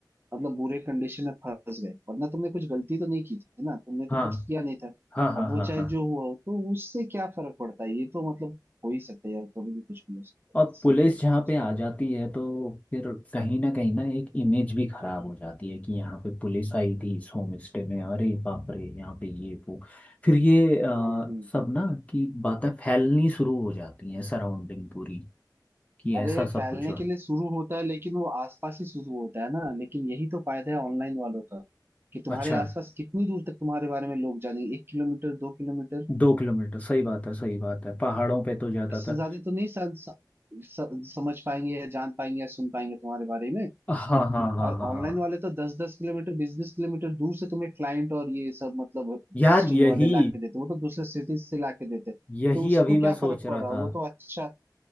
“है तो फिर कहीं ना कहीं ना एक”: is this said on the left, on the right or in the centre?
Left